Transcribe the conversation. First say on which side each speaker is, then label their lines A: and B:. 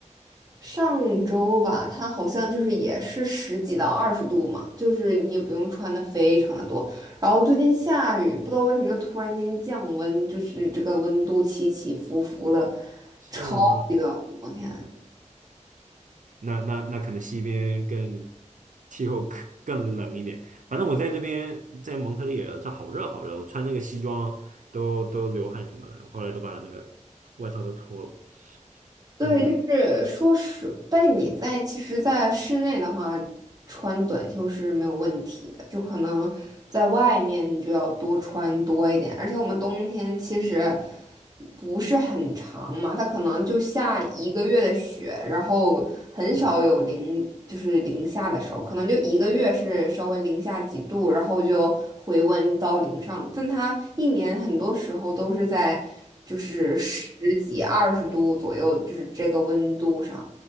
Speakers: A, on the right; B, on the right.
A: 上周吧，它好像就是也是十几到二十度嘛，就是你也不用穿的非常的多。然后最近下雨，不知道为什么又突然间降温，就是这个温度起起伏伏的，
B: 是吗？
A: 超级冷，我天！
B: 嗯，那那那可能西边更气候更更冷一点。反正我在这边在蒙特利尔，这好热好热，我穿那个西装都都流汗什么的，后来都把那个外套都脱了。
A: 对，
B: 嗯
A: 就是说是，但是你在其实，在室内的话，穿短袖是没有问题的，就可能在外面你就要多穿多一点，而且我们冬天其实不是很长嘛，它可能就下一个月的雪，然后很少有零，就是零下的时候，可能就一个月是稍微零下几度，然后就回温到零上，但它一年很多时候都是在。就是十几、二十度左右，就是这个温度上，